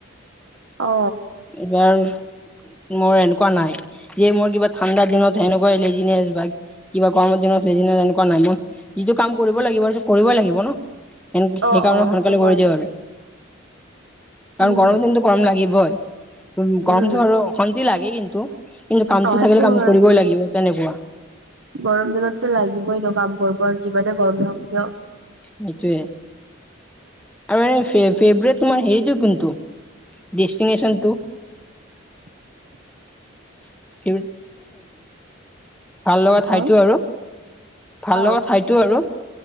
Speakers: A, on the right (about 70°); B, in the centre.
A: অ
B: এইবাৰ মোৰ এনেকুৱা নাই যে মোৰ কিবা ঠাণ্ডা দিনত সেনেকুৱা লেজিনেছ বা কিবা গৰমত দিনত লেজীনেচ তেনেকুৱা নাই মই যিটো কাম কৰিব লাগিব সেইটো কৰিবই লাগিব ন ন সেইকাৰণে
A: অ অ সেইটো
B: সোনকালে
A: হয়
B: কৰি দিয় আৰু কাৰণ
A: উম
B: গৰমদিনতটো গৰম লাগিবই উ গৰমটো
A: উম
B: আৰু অশান্তি লাগে কিন্তু কিন্তু কামটো
A: অ সেইটো
B: থাকিলে কাম
A: হয়
B: কৰিবই লাগিব আৰু তেনেকুৱা
A: গৰম দিনততো লাগিবই ন কাম কৰিব আৰু যিমানে গৰম নহওক কিয়
B: সেইটোৱে আৰু ফেভৰেট তোমাৰ হেৰিটো কিন্তু ডেষ্টিনেচনটো
A: <inaudible>
B: <unintelligible> ভাল লগা ঠাইতো
A: অ
B: আৰু ভাল
A: অ
B: লগা ঠাইতো আৰু